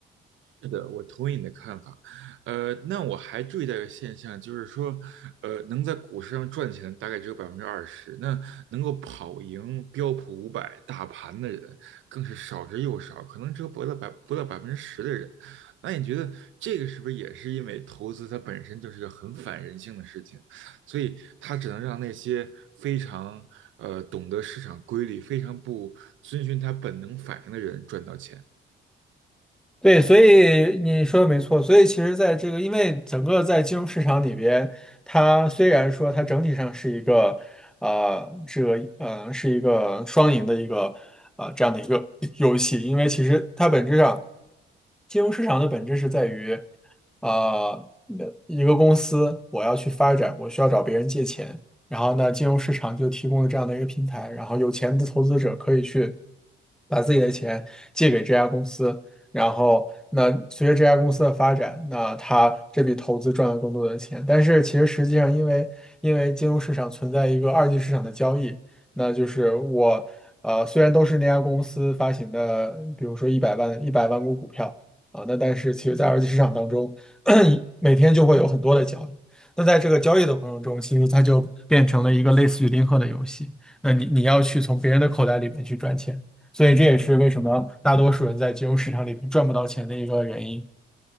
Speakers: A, on the right; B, in the centre.
A: 是的，我同意你的看法。呃，那我还注意到一个现象，就是说，呃，能在股市上赚钱的大概只有百分之二十，那能够跑赢标普五百大盘的人更是少之又少，可能只有不到百不到百分之十的人。那你觉得这个是不是也是因为投资它本身就是个很反人性的事情，所以它只能让那些非常呃懂得市场规律、非常不遵循它本能反应的人赚到钱？
B: 对，所以你说的没错。所以其实，在这个，因为整个在金融市场里边，它虽然说它整体上是一个，呃，这个呃是一个双赢的一个，呃这样的一个游戏。因为其实它本质上，金融市场的本质是在于，呃，一个公司我要去发展，我需要找别人借钱，然后呢，金融市场就提供了这样的一个平台，然后有钱的投资者可以去把自己的钱借给这家公司。然后那随着这家公司的发展，那他这笔投资赚了更多的钱。但是其实实际上，因为因为金融市场存在一个二级市场的交易，那就是我呃虽然都是那家公司发行的，比如说一百万一百万股股票啊，那但是其实在二级市场当中，<coughs> <clears throat> 每天就会有很多的交易。那在这个交易的过程中，其实它就变成了一个类似于零和的游戏。那你你要去从别人的口袋里面去赚钱。所以这也是为什么大多数人在金融市场里面赚不到钱的一个原因。